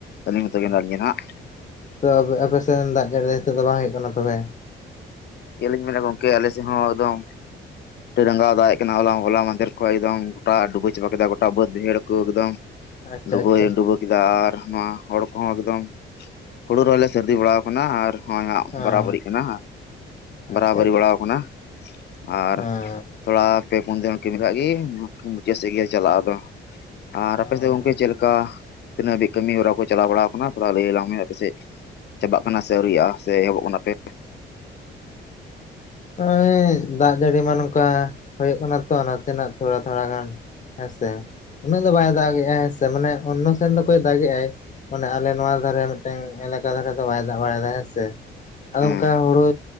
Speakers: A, on the left; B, on the left.
A: ᱟᱹᱞᱤᱧ ᱢᱚᱛᱚ
B: ᱦᱮᱸ
A: ᱜᱮ ᱢᱮᱱᱟᱜ ᱞᱤᱧᱟ ᱦᱟᱜ᱾
B: ᱛᱚ ᱟᱯᱮ ᱟᱯᱮᱥᱮᱱ ᱫᱟᱜ ᱡᱟᱹᱲᱤ ᱱᱤᱛᱚᱜ ᱫᱚ ᱵᱟᱝ ᱦᱩᱭᱩᱜ ᱠᱟᱱᱟ ᱛᱚᱵᱮ?
A: ᱪᱮᱫ ᱞᱤᱧ ᱢᱮᱱᱟ ᱜᱚᱝᱠᱮ ᱟᱞᱮᱥᱮᱫ ᱦᱚᱸ ᱮᱠᱫᱚᱢ ᱨᱟᱸᱜᱟᱣ ᱫᱟᱜ ᱮ ᱠᱟᱱᱟ ᱦᱚᱞᱟ ᱦᱚᱞᱟ ᱢᱟᱫᱷᱮᱨ ᱠᱷᱚᱱ ᱮᱠᱫᱚᱢ ᱜᱚᱴᱟ ᱰᱩᱵᱟᱹᱣ ᱪᱟᱵᱟ ᱠᱮᱫᱟ ᱜᱚᱴᱟ ᱵᱟᱹᱫ ᱵᱟᱹᱭᱦᱟᱹᱲ ᱠᱚ ᱮᱠᱫᱚᱢ
B: ᱟᱪᱪᱷᱟ
A: ᱰᱩᱵᱟᱹᱭ
B: ᱟᱪᱪᱷᱟ ᱟᱪᱪᱷᱟ
A: ᱰᱩᱵᱟ ᱟᱨ ᱱᱚᱣᱟ ᱦᱚᱲ ᱠᱚᱦᱚᱸ ᱮᱠᱫᱚᱢ ᱦᱩᱲᱩ ᱨᱮᱦᱚᱸᱭ ᱞᱮ ᱥᱟᱹᱨᱫᱤ ᱵᱟᱲᱟ ᱟᱠᱟᱱᱟ ᱟᱨ ᱦᱚᱸᱚᱭ ᱦᱟᱸᱜ
B: ᱦᱮᱸ
A: ᱵᱟᱨᱟᱵᱟᱹᱨᱤᱜ ᱠᱟᱱᱟ ᱵᱟᱨᱟᱵᱟᱹᱨᱤ
B: ᱟᱪᱪᱷᱟ ᱟᱪᱪᱷᱟ
A: ᱵᱟᱲᱟᱣ ᱠᱟᱱᱟ ᱟᱨ
B: ᱦᱮᱸ
A: ᱛᱷᱚᱲᱟ ᱯᱮ ᱯᱩᱱ ᱫᱤᱱ ᱠᱟᱹᱢᱤ ᱠᱷᱟ ᱜᱮ ᱢᱩᱪᱟᱹᱫ ᱥᱮᱫ ᱜᱮ ᱪᱟᱞᱟᱜᱼᱟ ᱟᱫᱚ ᱟᱨ
B: ᱚᱸ
A: ᱟᱯᱮᱥᱮᱫ ᱫᱚ ᱜᱚᱝᱠᱮ ᱪᱮᱫ ᱞᱮᱠᱟ ᱠᱟ ᱛᱤᱱᱟᱹᱜ ᱦᱟᱹᱤᱡ ᱠᱟᱹᱢᱤ ᱦᱚᱨᱟ ᱠᱚ ᱪᱟᱞᱟᱣ ᱵᱟᱲᱟ ᱟᱠᱟᱱᱟ ᱛᱷᱚᱲᱟ ᱞᱟᱹᱭ ᱟᱞᱟᱝ ᱢᱮ ᱟᱯᱮᱥᱮᱡ ᱪᱟᱵᱟᱜ ᱠᱟᱱᱟ ᱥᱮ ᱟᱹᱣᱨᱤᱭᱟᱜᱼᱟ ᱥᱮ ᱮᱦᱚᱵᱚᱜ ᱠᱟᱱᱟᱯᱮ?
B: ᱱᱚᱜᱼᱚᱭ ᱫᱟᱜ ᱡᱟᱹᱲᱤ ᱢᱟ ᱱᱚᱝᱠᱟ ᱦᱩᱭᱩᱜ ᱠᱟᱱᱟ ᱛᱚ ᱱᱟᱥᱮᱱᱟᱜ ᱛᱷᱚᱲᱟ ᱛᱷᱚᱲᱟ ᱜᱟᱱ ᱦᱮᱸᱥᱮ ᱩᱱᱟᱹᱜ ᱫᱚ ᱵᱟᱭ ᱫᱟᱜ ᱮᱫᱟ ᱦᱮᱸ ᱥᱮ ᱢᱟᱱᱮ ᱚᱱᱱᱚ ᱥᱮᱱ ᱫᱚᱠᱚᱭ ᱫᱟᱜ ᱮᱫᱟᱭ ᱢᱟᱱᱮ ᱟᱞᱮ ᱱᱚᱣᱟ ᱫᱷᱟᱨᱮ ᱢᱤᱫᱴᱮᱱ ᱮᱞᱟᱠᱟ ᱫᱷᱟᱨᱮ ᱫᱚ ᱵᱟᱭ ᱫᱟᱜ ᱵᱟᱲᱟᱭᱮᱫᱟ ᱦᱮᱸ ᱥᱮ ᱟᱫᱚ
A: ᱦᱮᱸ
B: ᱚᱱᱠᱟ ᱦᱩᱲᱩ